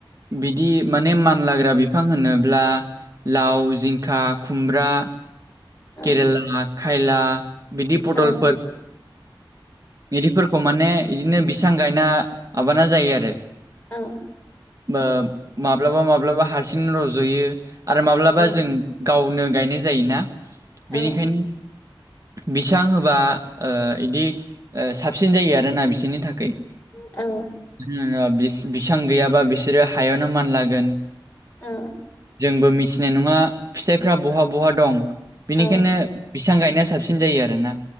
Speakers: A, on the right; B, on the left.
A: बिदि माने मानलाग्रा बिफां होनोब्ला लाव जिंखा खुमब्रा
B: औ
A: केरेला खायला बिदि पदलफोर
B: औ
A: इदिफोरखौ माने बिदिनो बिसबां गायना मबाना जायो आरो
B: औ।
A: ओ माब्लाबा माब्लाबा हारसिं रज'यो आरो माब्लाबा
B: औ
A: जों गावनो गायनाय जायोना।
B: औ
A: बेनिखायनो बिसां होबा ओ इदि ओ साबसिन जायो आरोना बिसिनि थाखै।
B: औ।
A: <unintelligible> बिस-बिसां गैयाबा बिसोरो हायावनो मानलागोन।
B: औ
A: जोंबो मिथिनाय नङा फिथाइफ्रा बहा बहा दं। बिनिखायनो
B: औ
A: बिसां गायनाया साबसिन जायो आरो ना।